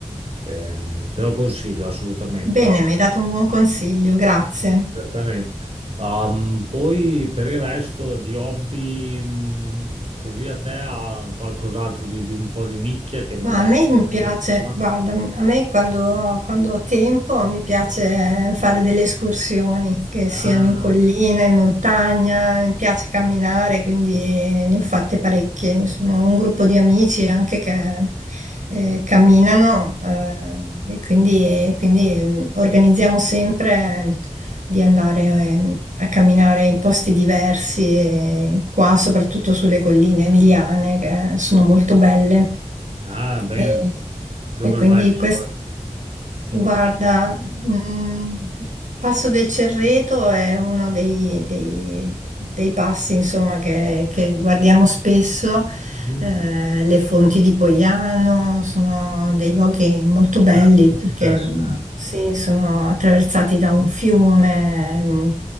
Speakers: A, on the right; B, on the right.
A: Ehm, te lo consiglio assolutamente,
B: Bene,
A: da-
B: mi hai dato un buon consiglio, grazie.
A: certamente. Ehm, poi per il resto di hobby, mh, così a te ha qualcos'altro di, di un po' di nicchia che magari
B: Ma a me
A: poca
B: mi piace,
A: gente fa?
B: guarda, a me quando, quando ho tempo mi piace fare delle escursioni, che siano
A: Ah,
B: in collina,
A: bene.
B: in montagna, mi piace camminare, quindi ne ho fatte parecchie. Insomma, ho un gruppo di amici anche che eh, camminano eh, e quindi, quindi, mm, organizziamo sempre di andare eh, a camminare in posti diversi, e qua soprattutto sulle colline emiliane che sono molto belle.
A: Ah, bene.
B: E,
A: Dove
B: e quindi
A: vai di solito?
B: quest-
A: In
B: Guarda,
A: quel-
B: mh, Passo del Cerreto è uno dei, dei- dei passi, insomma, che, che guardiamo spesso.
A: Mm.
B: Eh, le fonti di Poiano sono dei luoghi molto belli
A: Ah, molto
B: perché
A: interessante.
B: mh, sì, sono attraversati da un fiume, mh,